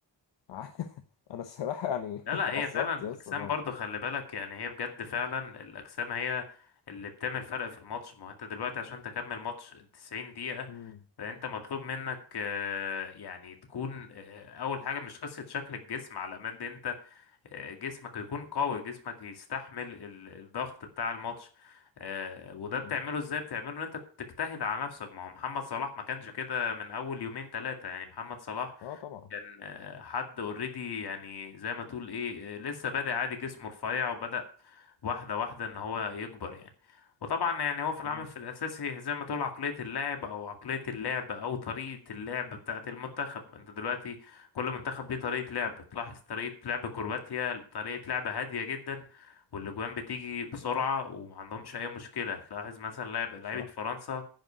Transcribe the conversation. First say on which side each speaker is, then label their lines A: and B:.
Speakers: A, on the left (about 80°); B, on the left (about 60°).
A: <laughs> أنا الصراحة يعني <laughs>
B: لا
A: اتعصبت
B: لا هي فعلا الاجسام
A: يا اسطى بقى
B: برضو خلي بالك يعني هي بجد فعلا الاجسام هي اللي بتعمل فرق في الماتش ما هو انت دلوقتي عشان تكمل ماتش 90 دقيقة
A: مم.
B: فانت مطلوب منك آه، يعني تكون آه، اول حاجه مش قصه شكل الجسم على قد انت آه، جسمك يكون قوي جسمك يستحمل ال- الضغط بتاع الماتش آه، وده
A: مم.
B: بتعمله ازاي بتعمله ان انت بتجتهد على نفسك ما هو محمد صلاح ما كانش كده من اول يومين ثلاثه يعني محمد صلاح
A: أه طبعا
B: كان آه، حد اوريدي يعني زي ما تقول ايه آه، لسه بادئ عادي جسمه رفيع وبدأ واحدة واحدة ان هو يكبر يعني وطبعا يعني هو في العمل
A: مم.
B: في الاساسي زي ما تقول عقلية اللاعب او عقلية اللعب او طريقة اللعب بتاعة المنتخب انت دلوقتي كل منتخب ليه طريقة لعب تلاحظ طريقة لعب كرواتيا طريقة لعب هادية جدا والاجوان بتيجي بسرعة ومعندهمش اي مشكلة تلاحظ مثلا لعب لعيبة
A: صح
B: فرنسا